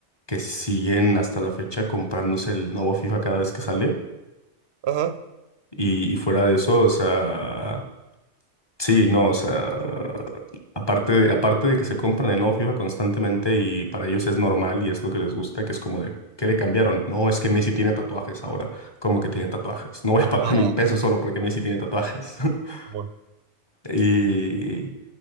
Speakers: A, on the left; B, on the right.
A: que siguen hasta la fecha comprándose el nuevo FIFA cada vez que sale.
B: Ajá.
A: Y, y fuera de eso, o sea, Sí, no, o sea, aparte de, aparte de que se compran el nuevo FIFA constantemente y para ellos es normal y es lo que les gusta, que es como de, ¿qué le cambiaron? No, es que Messi tiene tatuajes ahora. ¿Cómo que tiene tatuajes? No voy a
B: No.
A: pagar <laughs> mil pesos solo porque Messi tiene tatuajes. <laughs>
B: Bueno.
A: Y